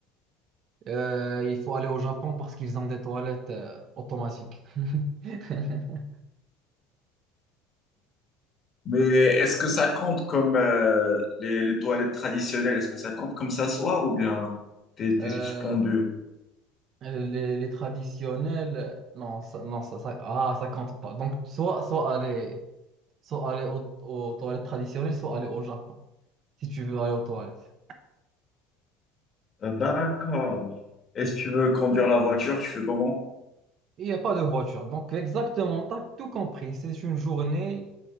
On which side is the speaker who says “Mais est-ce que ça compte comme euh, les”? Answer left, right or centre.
Left